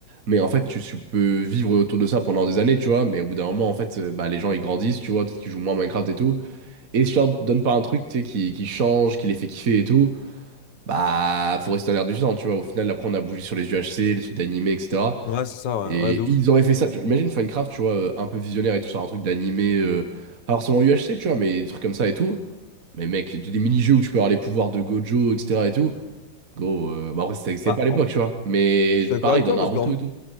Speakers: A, on the right; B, on the left.
A: Mais en fait, tu, tu peux vivre autour de ça pendant des années, tu vois. Mais au bout d'un moment, en fait, euh, bah, les gens, ils grandissent, tu vois. Peut-être qu'ils jouent moins à Minecraft et tout. Et si tu leur donnes pas un truc, tu sais, qui, qui change, qui les fait kiffer et tout, bah, faut rester dans l'air du temps, tu vois. Au final, après, on a bougé sur les UHC, les trucs d'animé, etc.
B: Ouais, c'est ça, ouais,
A: Et
B: ouais, de ouf.
A: ils auraient fait ça. tu- Imagine Minecraft, tu vois, euh, un peu visionnaire et tout, sur un truc d'animé, euh, pas forcément UHC, tu vois, mais des trucs comme ça et tout. Mais mec, des des mini-jeux où tu peux avoir les pouvoirs de Gojo, etc. et tout. Gros, euh, bah après, ça existait
B: Bah,
A: pas à l'époque,
B: en-
A: tu vois. Mais
B: je suis d'accord
A: pareil,
B: avec
A: dans
B: toi
A: Naruto
B: parce que
A: et tout.